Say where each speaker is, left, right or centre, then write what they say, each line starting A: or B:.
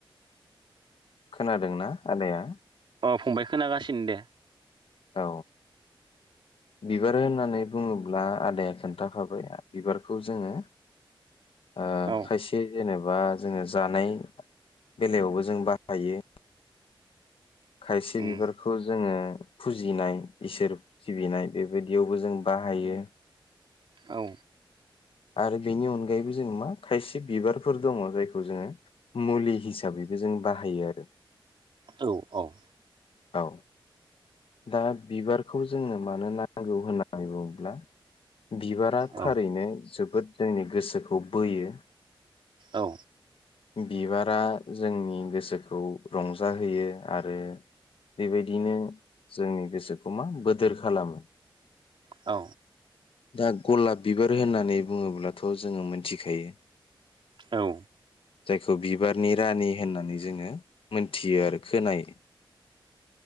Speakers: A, on the left; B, on the right.
A: खोनादोंना आदाया?
B: अ फंबाय खोनागासिनो दे।
A: औ बिबार होननानै बुङोब्ला आदाया खोन्थाखाबाय बिबारखौ जोङो ओ
B: औ
A: खायसे जेनेब बा जोङो जानाय बेलायावबो जों बाहायो। खायसे
B: उम
A: बिबारखौ जोङो फुजिनाय इसोर सिबिनाय बेबायदियावबो जों बाहायो।
B: औ।
A: आरो बेनि अनगायैबो जों मा खायसे बिबारफोर दोङ जायखौ जोङो मुलि हिसाबैबो जों बाहायो आरो।
B: औ औ।
A: औ। दा बिबारखौ जोंनो मानो नांगौ होननानै बुङोब्ला बिबारा
B: औ
A: थारैनो जोबोद जोंनि गोसोखौ बोयो।
B: औ।
A: बिबारा जोंनि गोसोखौ रंजाहोयो आरो बेबायदिनो जोंनि गोसोखौ मा बोदोर खालामो।
B: औ
A: दा गलाब बिबार होननानै बुङोब्लाथ जोङो मोनथिखायो।
B: औ
A: जायखौ बिबारनि रानि होननानै जोंङो मोनथियो आरो खोनायो।